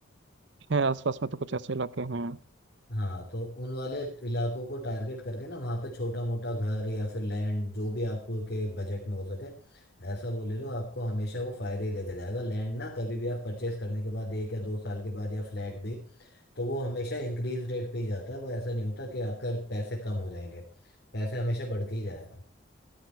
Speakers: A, on the right; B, on the left.
A: है आसपास में तो कुछ ऐसे इलाके हैं
B: हाँ तो उन वाले इलाकों को टारगेट करके ना वहाँ पे छोटा मोटा घर या फिर लैंड जो भी आपके बजट में हो सके ऐसा वो ले लो आपको हमेशा वो फायदे ही देके जाएगा लैंड ना कभी भी आप परचेस करने के बाद एक या दो साल के बाद या फ्लैट भी तो वो हमेशा इंक्रीज रेट पे ही जाता है वो ऐसा नहीं होता कि आपका पैसे कम हो जाएंगे पैसे हमेशा बढ़ के ही जाएगा